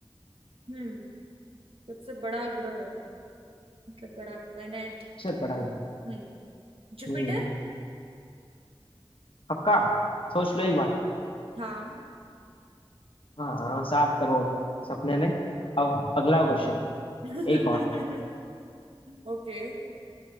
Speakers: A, on the right (about 70°); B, on the left (about 60°).
A: हम्म सबसे बड़ा ग्रह मतलब बड़ा प्लेनेट
B: से पढ़ा है
A: हम्म जुपिटर
B: हम्म पक्का सोच लो एक बार
A: हाँ
B: हाँ सात करोड़ सपने में अब अगला क्वेश्चन
A: <laughs>
B: एक और
A: ओके